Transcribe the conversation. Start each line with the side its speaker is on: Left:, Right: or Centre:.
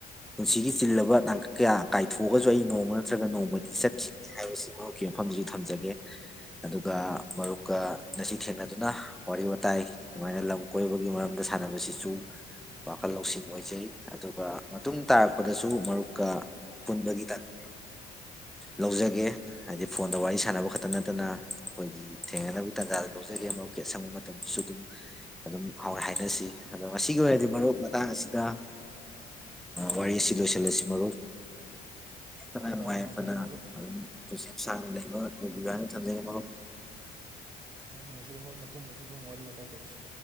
Centre: ꯄꯨꯟꯁꯤꯒꯤ ꯆꯤꯜꯂꯕ ꯇꯥꯡꯀꯛ ꯀꯌꯥ ꯀꯥꯏꯊꯣꯛꯑꯒꯁꯨ ꯑꯩ ꯅꯣꯡꯃ ꯅꯠꯇ꯭ꯔꯒ ꯅꯣꯡꯃꯗꯤ ꯆꯠꯈꯤꯅꯤ ꯍꯥꯏꯕꯁꯤ ꯃꯔꯨꯞꯀꯤ ꯃꯐꯝꯗꯁꯨ ꯊꯝꯖꯒꯦ ꯑꯗꯨꯒ ꯃꯔꯨꯞꯀ ꯉꯥꯁꯤ ꯊꯦꯡꯅꯗꯨꯅ ꯋꯥꯔꯤ ꯋꯥꯇꯥꯏ ꯁꯨꯃꯥꯏꯅ ꯂꯝ ꯀꯣꯏꯕꯒꯤ ꯃꯔꯝꯗ ꯁꯥꯟꯅꯕꯁꯤꯁꯨ ꯋꯥꯈꯜ ꯂꯧꯁꯤꯡ ꯑꯣꯏꯖꯩ ꯑꯗꯨꯒ ꯃꯇꯨꯡ ꯇꯥꯔꯛꯄꯗꯁꯨ ꯃꯔꯨꯞꯀ ꯄꯨꯟꯕꯒꯤ ꯇꯥꯟꯖꯥ ꯂꯧꯖꯒꯦ ꯍꯥꯏꯗꯤ ꯐꯣꯟꯗ ꯋꯥꯔꯤ ꯁꯥꯟꯅꯕ ꯈꯛꯇ ꯅꯠꯇꯅ ꯑꯩꯈꯣꯏꯒꯤ ꯊꯦꯡꯅꯅꯕꯒꯤ ꯇꯥꯟꯖꯥꯗꯣ ꯂꯧꯖꯒꯦ ꯃꯔꯨꯞꯀꯤ ꯑꯁꯪꯕ ꯃꯇꯝꯗꯁꯨ ꯑꯗꯨꯝ ꯑꯗꯨꯝ ꯍꯥꯎꯋ ꯍꯥꯏꯅꯁꯤ ꯑꯗꯣ ꯉꯁꯤꯒꯤ ꯑꯣꯏꯅꯗꯤ ꯃꯔꯨꯞ ꯃꯇꯥꯡ ꯑꯁꯤꯗ ꯋꯥꯔꯤ ꯑꯁꯤ ꯂꯣꯏꯁꯤꯜꯂꯁꯤ ꯃꯔꯨꯞ ꯐꯅ ꯅꯨꯡꯉꯥꯏ
Right: ꯌꯥꯝ ꯅꯨꯡꯉꯥꯏꯖꯔꯦ
Centre: ꯌꯥꯏꯐꯅ
Right: ꯃꯔꯨꯞ
Centre: ꯑꯗꯨꯝ ꯄꯨꯁꯤ ꯁꯥꯡ ꯂꯩꯕ ꯑꯣꯏꯕꯤꯎ ꯍꯥꯏꯅ ꯊꯝꯖꯒꯦ ꯃꯔꯨꯞ
Right: ꯌꯥꯝ ꯅꯨꯡꯉꯥꯏꯖꯔꯦ ꯃꯔꯨꯞ ꯃꯇꯨꯡꯗꯁꯨ ꯑꯗꯨꯝ ꯋꯥꯔꯤ ꯋꯥꯇꯥꯏ ꯇꯧꯁꯤ